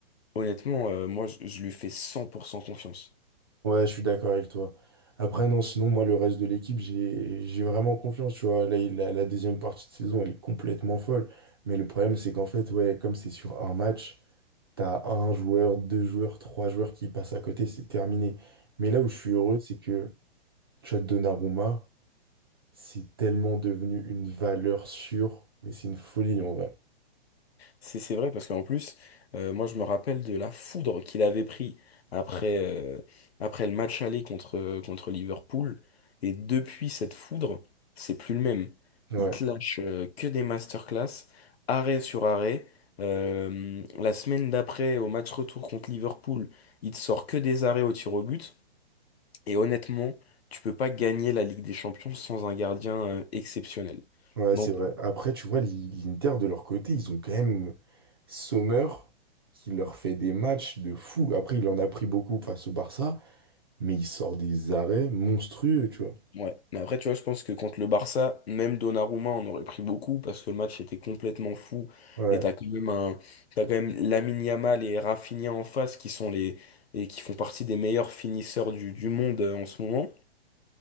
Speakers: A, on the left; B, on the right.
A: honnêtement, euh, moi je, je lui fais 100% confiance.
B: Ouais, je suis d'accord avec toi. Après, non, sinon, moi, le reste de l'équipe, j'ai, j'ai vraiment confiance, tu vois. Là, il- la, la deuxième partie de saison, elle est complètement folle. Mais le problème, c'est qu'en fait, ouais, comme c'est sur un match, T'as un joueur, deux joueurs, trois joueurs qui passent à côté, c'est terminé. Mais là où je suis heureux, c'est que Chad Donnarumma, c'est tellement devenu une valeur sûre, mais c'est une folie en vrai.
A: C'est c'est vrai parce qu'en plus, euh, moi je me rappelle de la foudre qu'il avait pris après, euh, après le match aller contre, euh, contre Liverpool. Et depuis cette foudre, c'est plus le même.
B: Ouais,
A: Il te lâche euh, que des masterclass, arrêt sur arrêt. Euh, la semaine d'après, au match retour contre Liverpool, il te sort que des arrêts au tir au but. Et honnêtement, tu peux pas gagner la Ligue des Champions sans un gardien euh, exceptionnel.
B: ouais,
A: Donc
B: c'est vrai. Après, tu vois, l'I- l'Inter de leur côté, ils ont quand même Sommer qui leur fait des matchs de fou. Après, il en a pris beaucoup face au Barça, mais il sort des arrêts monstrueux, tu vois.
A: Ouais, mais après, tu vois, je pense que contre le Barça, même Donnarumma, on aurait pris beaucoup parce que le match était complètement fou.
B: Ouais,
A: Et t'as quand même un, t'as quand même Lamine Yamal et Rafinha en face qui sont les, et qui font partie des meilleurs finisseurs du, du monde euh, en ce moment.